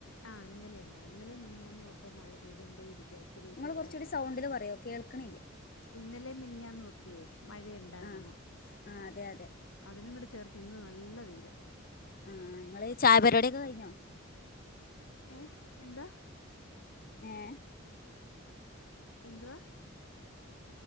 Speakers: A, on the left; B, on the left.
A: ആഹ് ഇന്നലെ ഇണ്ടാരുന്നു ഇന്നലേം മിനിഞ്ഞാന്നുവൊക്കെ മഴ പെയ്തോണ്ടേയിരിക്കാ ഇച്ചിരി
B: ഇങ്ങള്
A: ചെറുതായിട്ട്
B: കൊറച്ചൂടി സൗണ്ടില് പറയോ കേൾക്കണില്ല
A: ഇന്നലേം മിനിഞ്ഞാന്നുവൊക്കെയേ മഴയെണ്ടാരുന്നു
B: ആഹ് ആഹ് അതെ അതെ
A: അതിനും കൂടെ ചേർത്ത് ഇന്ന് നല്ല വെയിലാ
B: ആഹ് ഇങ്ങള് ചായ പരിപാടിയൊക്കെ കയിഞ്ഞോ
A: ഏഹ് എന്താ
B: ഏഹ്
A: എന്തുവാ